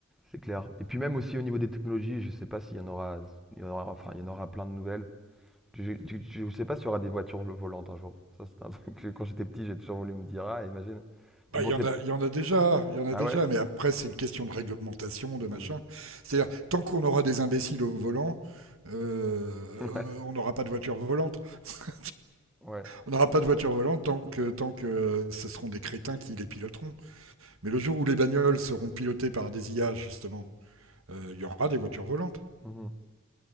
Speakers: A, in the centre; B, on the right.
A: c'est clair. Et puis même aussi au niveau des technologies, je sais pas s'il y en aura, il y en aura, enfin il y en aura plein de nouvelles. Je, je, je- je sais pas s'il y aura des voitures vol- volantes un jour. Ça c'est un <laughs> truc que quand j'étais petit, j'ai toujours voulu me dire, ah imagine.
B: Bah,
A: Mais bon
B: il y
A: c'est,
B: en a, il y en a déjà, il y en a
A: ah
B: déjà.
A: ouais?
B: Mais après, c'est une question de réglementation, de
A: Oui.
B: machin. C'est-à-dire, tant qu'on aura des imbéciles au volant, euh,
A: <laughs> Ouais.
B: on n'aura pas de voiture volante. <laughs>
A: Ouais.
B: on n'aura pas de voiture volante tant que, tant que ce seront des crétins qui les piloteront. Mais le jour où les bagnoles seront pilotées par des IA, justement, il euh, y aura des voitures volantes.
A: Mhm.